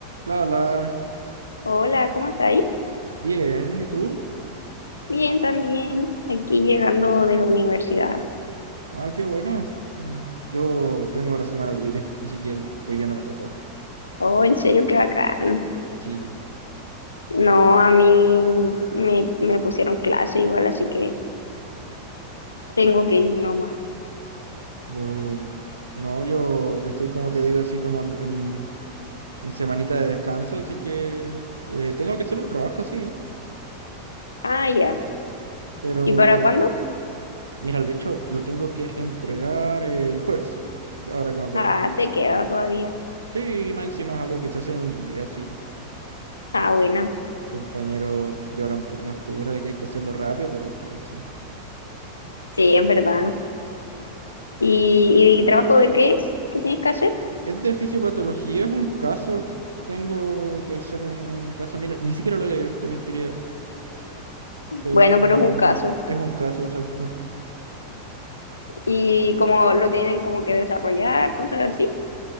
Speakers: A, on the right (about 75°); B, on the left (about 75°).
A: La, la,
B: Hola, ¿cómo está ahí?
A: bien, ¿y tú?
B: Bien, también. Aquí llegando de la universidad.
A: Ah, qué bueno. Mm, Yo tengo la semana libre, así que hoy día no me tocó.
B: Oh, en serio, qué bacán.
A: Sí,
B: No, a mí me, me pusieron clase igual, así que tengo que ir nomás.
A: bo- No, yo estoy como te digo, así como en, en, en semanita de descanso, así que eh, tengo que hacer un trabajo, sí,
B: Ah, ya.
A: pero
B: ¿Y para cuándo?
A: mira, de hecho lo tengo que entregar el jueves, ahora que me acuerdo.
B: Ah, te queda todavía.
A: Sí, más encima es algo que se hace en un día, sí.
B: Ah, buena.
A: Compañeros lloran por las puras de que hay que hacerlo rápido, pero que sí.
B: Sí, es verdad. ¿Y, y trabajo de qué es? ¿Qué tienes que hacer?
A: Es de fisiopatología, es un caso. Tengo que hacer un, un caso. Mira, ni siquiera lo leí, te mentiría, pero
B: Bueno, pero es un caso.
A: es un caso exacto.
B: ¿Y como lo tienen como que desarrollar, cosas así?